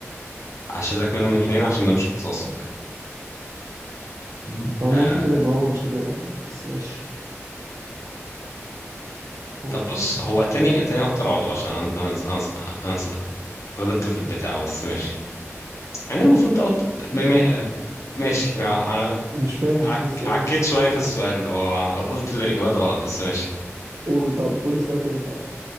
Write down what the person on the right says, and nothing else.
مم. طالما
قلت كده يبقى هو مش الرئه يعني بس ماشي قول
مش فاهم
ايه السؤال
قول طب قول السؤال تاني من الاول